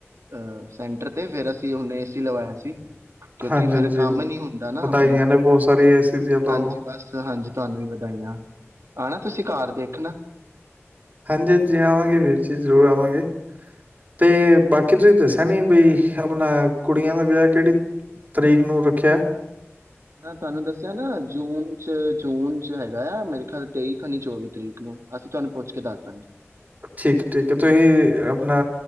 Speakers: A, on the right; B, on the right.
A: ਅ ਸੈਂਟਰ ਤੇ ਫੇਰ ਅਸੀਂ ਉਹਨੇ ਏਸੀ ਲਵਾਇਆ ਸੀ। ਕਿਉਂਕਿ
B: ਹਾਂਜੀ
A: ਫੇਰ
B: ਹਾਂਜੀ
A: ਕੰਮ ਨੀ ਹੁੰਦਾ ਨਾ
B: ਵਧਾਈਆਂ
A: ਆਪਣੇ ਕੋਲ
B: ਨੇ ਬਹੁਤ ਸਾਰੀ ਏਸੀ ਦੀਆਂ ਤੁਹਾਨੂੰ
A: ਹਾਂਜੀ ਬਸ ਹਾਂਜੀ ਤੁਹਾਨੂੰ ਵੀ ਵਧਾਈਆਂ ਹਾ। ਤੁਸੀਂ ਘਰ ਦੇਖਣਾ
B: ਹਾਂਜੀ ਜੀ ਆਵਾਂਗੇ ਵੀਰ ਜੀ ਜ਼ਰੂਰ ਆਵਾਂਗੇ। ਤੇ ਬਾਕੀ ਤੁਸੀਂ ਦੱਸਿਆ ਨੀ ਬੀ ਆਪਣਾ ਕੁੜੀਆਂ ਦਾ ਵਿਆਹ ਕਿਹੜੀ ਤਰੀਕ ਨੂੰ ਰੱਖਿਆ ਐ।
A: ਮੈਂ ਤੁਹਾਨੂੰ ਦੱਸਿਆ ਨਾ ਜੂਨ ਚ ਜੂਨ ਚ ਹੈਗਾ ਆ ਮੇਰੇ ਖਿਆਲ ਤੇਈ ਖਨੀ ਚੌਵੀ ਤਰੀਕ ਨੂੰ ਅਸੀਂ ਤੁਹਾਨੂੰ ਪੁੱਛ ਕੇ ਦੱਸ ਦਾਂਗੇ।
B: ਠੀਕ ਠੀਕ ਹੈ ਤੁਸੀ ਆਪਣਾ